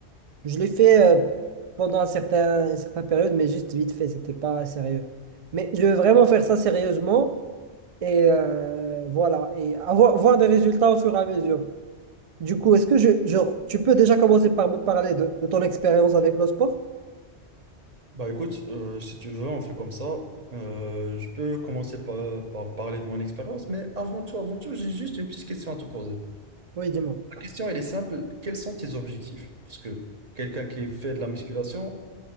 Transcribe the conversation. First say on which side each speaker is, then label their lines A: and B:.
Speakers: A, on the right (about 55°); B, on the right (about 35°).
A: Je l'ai fait euh, pendant un certain, une certaine période, mais juste vite fait, c'était pas sérieux. Mais je veux vraiment faire ça sérieusement et euh, voilà, et avoir voir des résultats au fur et à mesure. Du coup, est-ce que je, genre, tu peux déjà commencer par me parler de, de ton expérience avec le sport?
B: Bah écoute, euh, si tu veux, on fait comme ça. Euh, je peux commencer par, par parler de mon expérience, mais avant tout, avant tout, j'ai juste une petite question à te poser.
A: Oui, dis-moi.
B: La question, elle est simple. Quels sont tes objectifs? Parce que quelqu'un qui fait de la musculation,